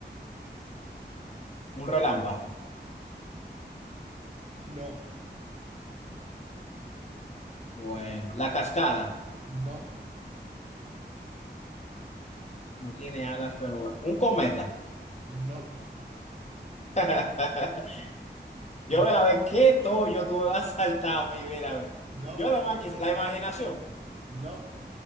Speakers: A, on the left; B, on the right.
A: Un relámpago.
B: No,
A: Bueno, la cascada.
B: no,
A: No tiene alas, pero bueno. Un cometa.
B: no,
A: <laughs>
B: no,
A: Yo voy a ver qué yo tú me vas a saltar a mí, mira, a ver.
B: no,
A: Yo nada más quise. La imaginación.
B: no.